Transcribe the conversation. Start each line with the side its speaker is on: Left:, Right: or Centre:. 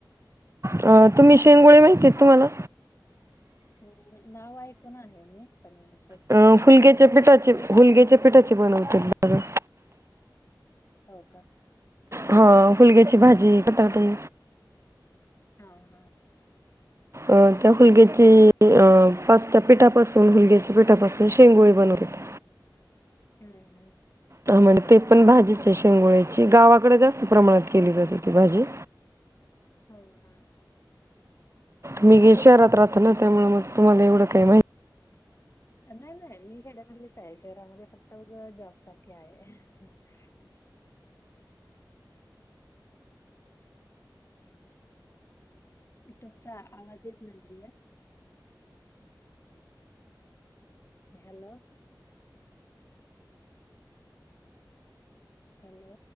Right: अ तुम्ही शेंगोळे माहिती आहेत तुम्हाला?
Left: हम्म नाव ऐकून आहे मी. पण कसं
Right: अं
Left: बनवायचं
Right: हुलग्याच्या
Left: ते माहित
Right: पिठाचे
Left: नाही
Right: हुलग्याचे पिठाचे बनवतेत बरं.
Left: हो का.
Right: हा हुलग्याची भाजी पत्रातून
Left: हा-हा.
Right: अं त्या हुलग्याची अं पास्ता पिठापासून हुलग्याच्या पिठापासून शेंगोळी बनवतेत.
Left: हम्म-हम्म.
Right: ह मग तेपण भाजीचे शेंगोळची गावाकडं जसं प्रमाणात केली जाते ती भाजी.
Left: हा-हा.
Right: मी गे शहरात राहता ना, त्यामुळे मग तुम्हाला एवढं काय माहिती.
Left: नाही-नाही मी खेड्यामधलीच आहे, शहरामध्ये फक्त उग जॉबसाठी आहे. <inaudible> तुमचा आवाज येत नाहीये. हॅलो. हॅलो.